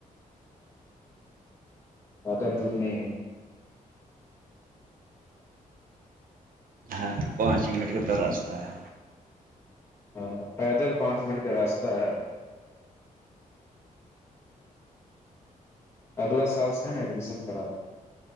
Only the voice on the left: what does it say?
زدہ دور میں
ہاں پیدل پانچ منٹ کا راستہ ہے اگلا سال سے ہے نا ایڈمیشن کراتا ہوں